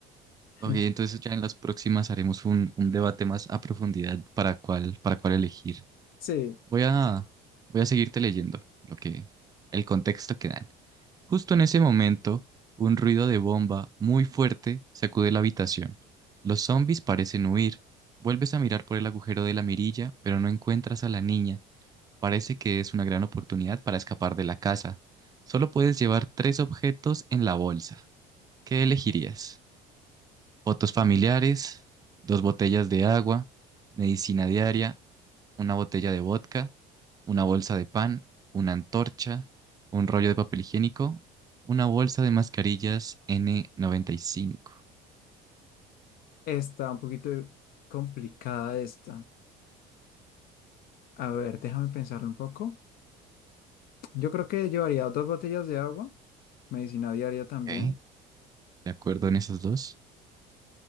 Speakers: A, on the left; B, on the right.
A: <laughs>
B: Ok, entonces ya en las próximas haremos un, un debate más a profundidad para cuál, para cuál elegir.
A: Sí,
B: Voy a, voy a seguirte leyendo lo que, el contexto que dan. Justo en ese momento, un ruido de bomba muy fuerte sacude la habitación. Los zombies parecen huir. Vuelves a mirar por el agujero de la mirilla, pero no encuentras a la niña Parece que es una gran oportunidad para escapar de la casa. Solo puedes llevar tres objetos en la bolsa. ¿Qué elegirías? Fotos familiares, dos botellas de agua, medicina diaria, una botella de vodka, una bolsa de pan, una antorcha, un rollo de papel higiénico, una bolsa de mascarillas N95.
A: está un poquito complicada esta. A ver, déjame pensarlo un poco. Yo creo que llevaría dos botellas de agua, medicina diaria también.
B: ¿Ok? ¿De acuerdo en esos dos?